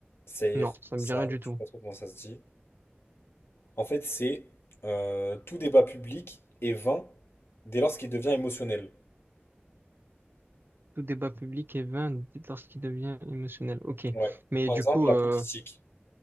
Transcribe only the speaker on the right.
Non, ça
me dit rien du
tout.
Tout débat public est vain dès lorsqu'il devient émotionnel. Ok,
mais
du
coup,
euh,